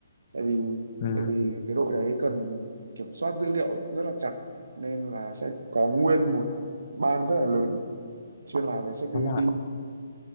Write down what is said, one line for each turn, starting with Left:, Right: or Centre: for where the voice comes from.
Right: tại vì
Left: ừ.
Right: tại vì cái đội đấy cần kiểm soát dữ liệu rất là chặt nên là sẽ có nguyên một ban rất là lớn chuyên làm về security
Left: đúng rồi